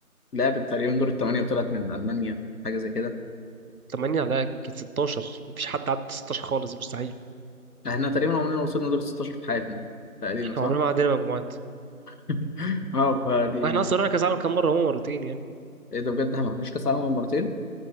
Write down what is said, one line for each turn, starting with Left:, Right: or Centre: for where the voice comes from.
Left: لعبت تقريبا دور الثمانية وطلعت من المانيا حاجة زي كده
Right: 8 على يمكن 16 مفيش حد عدى 16 خالص مستحيل
Left: احنا تقريبا عمرنا ما وصلنا دور 16 في حياتنا تقريبا
Right: احنا
Left: صح؟
Right: عمرنا ما عدينا مجموعات
Left: <laughs> اه فدي
Right: واحنا اصلا رحنا كاس عالم كام مره هو مرتين يعني
Left: ايه ده بجد احنا ما رحناش كاس عالم غير مرتين؟